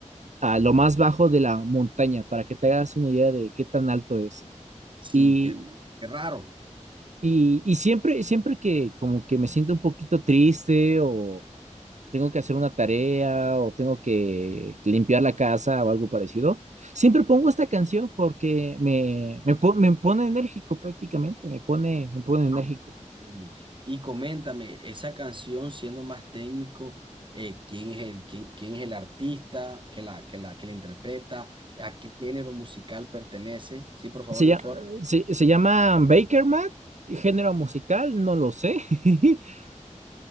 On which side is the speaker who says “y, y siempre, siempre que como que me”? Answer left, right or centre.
Right